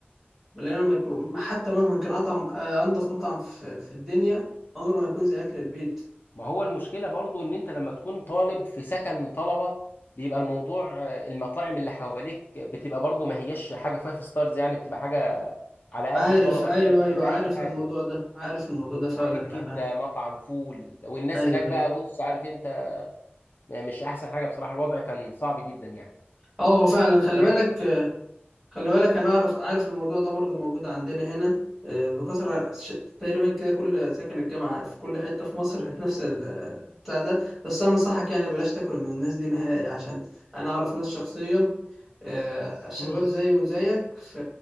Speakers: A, in the centre; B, on the left.
A: مليانه ميكرو حتى مهما كان اطعم آه، انضف مطعم في في الدنيا عمره ما يكون زي اكل البيت
B: ما هو المشكلة برضو ان انت لما تكون طالب في سكن طلبة بيبقى الموضوع آه، المطاعم اللي حواليك بتبقى برضو ما هيش حاجة فايف ستارز يعني بتبقى حاجة على
A: عارف
B: قد الطلبة
A: ايوه
B: كده فبتبقى
A: ايوه عارف
B: اي حاجة
A: الموضوع ده عارف الموضوع ده فعلا
B: عربية كبدة
A: انا
B: مطعم فول والناس
A: ايوه
B: هناك بقى
A: أيوة.
B: بص عارف انت م- مش احسن حاجة بصراحة الوضع كان صعب جدا يعني
A: اه هو فعلا خلي
B: انا
A: بالك
B: جبت
A: خلي بالك انا اعرف عارف الموضوع ده برضه موجود عندنا هنا آه، بكثره ش- تقريبا كده كل ساكن الجامعه في كل حته في مصر <laughs> نفس ال- بتاع ده بس انا انصحك يعني بلاش تاكل من الناس دي نهائي عشان انا اعرف ناس شخصيا آه، شباب
B: امم
A: زيي وزيك ف-